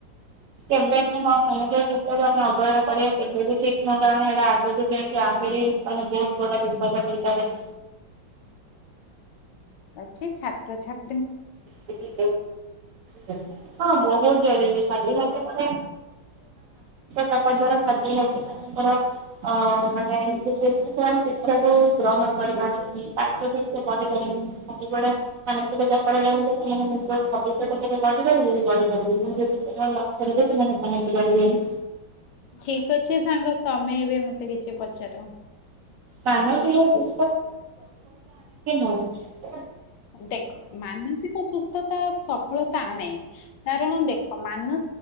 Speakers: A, on the right; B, on the left.
A: କେବେଭି ନୁହଁ ମଣିଷ ଜୀବନକୁ ଆମେ ଅବହେଳା କରିବା କେବେ ବି ଠିକ ନୁହଁ କାରଣ ଏଇଟା ଆଗକୁ ଯାଇକି ଆ ମାନେ ବହୁତ ବଡ ବିପଦ ହେଇପାରେ।
B: ଅଛି ଛାତ୍ରଛାତ୍ରୀ
A: ହଁ ବହୁତ। <unintelligible> ଭାବେ ଯେ ମାନସିକ ଚାପ ଦ୍ୱାରା ଛାତ୍ରଛାତ୍ରୀ ମାନଙ୍କର ଅ ମାନେ କି ଶିକ୍ଷାକୁୁ ଗ୍ରହଣ କରିପାରନ୍ତିନି ପାଠ ଠିକ୍ ସେ ପଢିପାରନ୍ତିନି ଖାଲିଗୁଡା ମାନସିକ ରେ ରହିଲେ ସେମାନେ ନିଜ ଭବିଷ୍ୟତ ଉପରେ ଗଢିପାରିବେ ବି ଗଢିପାରିବେ ଯଦି ସେ ଲକ୍ଷ୍ୟ ରହିବ ସେମାନେ କିଛି କରିବେନି।
B: ଠିକ୍ ଅଛି ସାଙ୍ଗ ତମେ ଏବେ ମତେ କିଛି ପଚାର।
A: କାନ ଟିକେ <unintelligible>
B: ଦେଖ ମାନସିକ ସୁସ୍ଥତା ସଫଳତା ଆଣେ କାରଣ ଦେଖ ମାନ